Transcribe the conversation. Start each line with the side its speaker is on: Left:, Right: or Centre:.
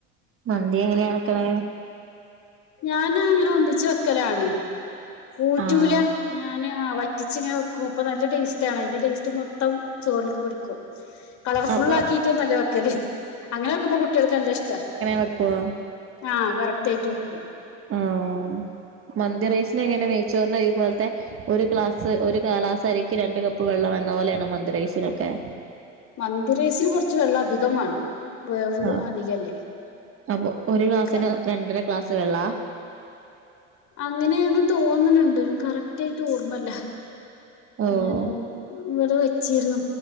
Right: മന്തി എങ്ങനെയ ആക്കണെ
Left: ഞാന് ഇങ്ങനെ ഒന്നിച്ചു വെക്കലാണ് ഊറ്റൂല
Right: ആഹ്
Left: ഞാന് ആ വറ്റിച്ചിങ്ങനെ വെക്കും അപ്പൊ നല്ല ടേസ്റ്റ് ആണ് അതിന്റെ ടേസ്റ്റ് മൊത്ത ത്തം ചോറില്ക്ക് പിടിക്കൂ കളർഫുള്ളക്കിയിട്ടൊന്നുംല്ല
Right: അപ്പൊ
Left: വെക്കല് അങ്ങനെ വെക്കുമ്പോ കുട്ടികൾക്ക് നല്ല ഇഷ്ടാ
Right: വെക്കുവാ
Left: ആഹ് കറക്റ്റയിട്ട് വെക്കും
Right: ആഹ് മന്തി റൈസിനെ എങ്ങനെയ നെയ്ച്ചോറിന്റെ അരി പോലത്തെ ഒരു ക്ലാസ് സ ഒരു ഗലാസ് അരിക്ക് രണ്ട് കപ്പ് വെള്ളം എന്ന പോലെയാണോ മന്തി റായ്സിനൊക്കെ
Left: മന്തിറയ്സിന് കുറച്ച് വെള്ളം അധികം വാ ണം വേവ്
Right: ആഹ്
Left: അധികല്ലേ
Right: അപ്പൊ ഒരു
Left: ആഹ്
Right: ക്ലാസ്സിന് രണ്ടര ക്ലാസ് വെള്ളാ?
Left: അങ്ങനെയാണ് തോന്നണണ്ട് കറക്റ്റ് ആയിട്ട് ഓർമ്മല്ല
Right: ഓഹ്
Left: ഞാൻ ഇവിടെ വെച്ചീരുന്നു